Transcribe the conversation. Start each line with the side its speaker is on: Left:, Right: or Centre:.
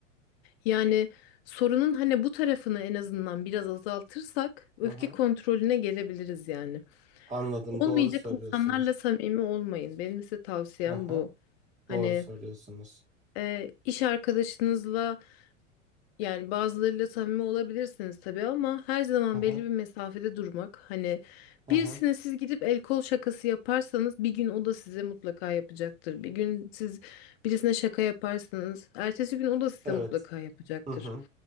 Left: Yani sorunun hani bu tarafını en azından biraz azaltırsak öfke
Right: Hı hı.
Left: kontrolüne gelebiliriz yani.
Right: Anladım.
Left: Olmayacak
Right: Doğru söylüyorsunuz.
Left: insanlarla samimi olmayın. Benim size tavsiyem
Right: Hı hı.
Left: bu. Hani
Right: Doğru söylüyorsunuz.
Left: e, iş arkadaşınızla yani bazılarıyla samimi olabilirsiniz tabii ama her zaman
Right: Hı hı.
Left: belli bir mesafede durmak. Hani
Right: Hı
Left: birisine
Right: hı.
Left: siz gidip el kol şakası yaparsanız bir gün o da size mutlaka yapacaktır. Bir gün siz birisine şaka yaparsanız ertesi gün o da size
Right: Evet.
Left: mutlaka yapacaktır.
Right: Hı hı.